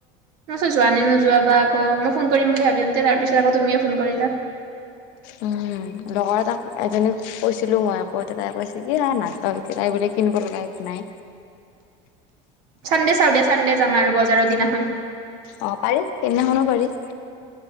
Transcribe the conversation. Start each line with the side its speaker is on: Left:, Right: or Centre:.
Right: মই ভাবিছো যোৱা নে নোযোৱা বা আক মই ফোন কৰিম বুলি ভাবোতে তাৰপিছত আকৌ তুমিয়ে ফোন কৰিলা
Left: উম লগৰ এটাক এজনীক কৈছিলো মই কৌওতে তাই কৈছিল কি হা নাযাও এতিয়া তাই বোলে কিনিব লগাই নাই
Right: চান্ডে চাও দে চান্ডে যাম আৰু বজাৰৰ দিনাখন
Left: অ পাৰি সেইদিনাখনো পাৰি